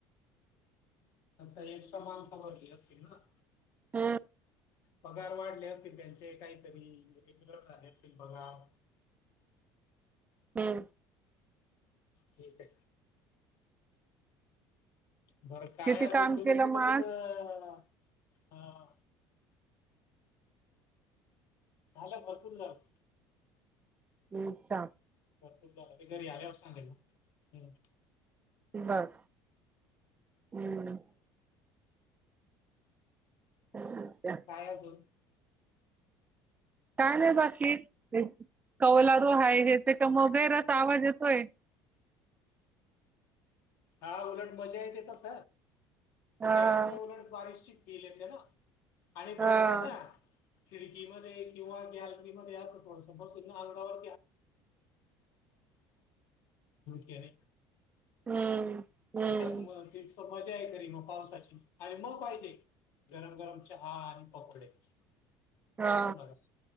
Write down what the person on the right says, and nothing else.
हम्म
हम्
किती
काम
केलं
मग आज
अच्छा
बर हम्म <unintelligible>
काय नाही बाकी कौलारो आहे हे तेच्यामुळे <unintelligible> आवाज येतोय.
हा
हा
हम्म हम्म
हा